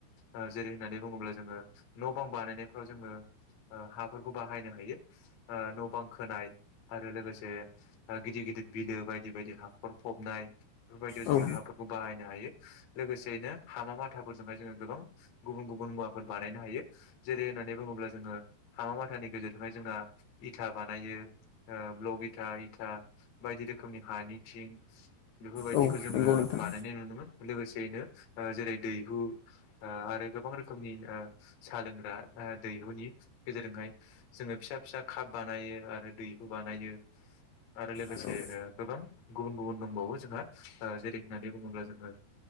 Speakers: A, on the left (about 60°); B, on the left (about 80°).
A: ओ जेरै होननानै बुङोब्ला जोङो न बां बानायनायफ्राव जोङो ओ हाफोरखौ बाहायनो हायो ओ न' बां खोनाय आरो लोगोसे गिदिर गिदिर बिलो बायदि बायदि हाखर फबनाय बेफोरबायदियाव
B: औ
A: जोङो हाफोरखौ बाहायनो हायो लोगोसेयैनो हामा माथाफोरजोंहाय जोङो गोबां गुबुन गुबुन मुवाफोर बानायनो हायो। जेरै नै बुङोब्ला जोङो हामा माथानि गेजेरजोंहाय जोंहा इथा बानायो ओ ब्लग इथा इथा बायदि रोखोमनि हानि थिं बेफोरबायदिखौ
B: औ
A: जोङो
B: नंगौ नोंथां
A: बानायनाय नुनो मोनो लोगोसेयैनो ओ जेरै दैहु ओ आरो गोबां रोखोमनि ओ साहा लोंग्रा ओ दैहुनि गेजेरजोंहाय जोङो फिसा फिसा काप बानायो आरो दैहु बानायो आरो लोगोसे
B: औ
A: ओ गोबां गुबुन गुबुन दंबावो जोंहा ओ जेरै होननानै बुङोब्ला जोङो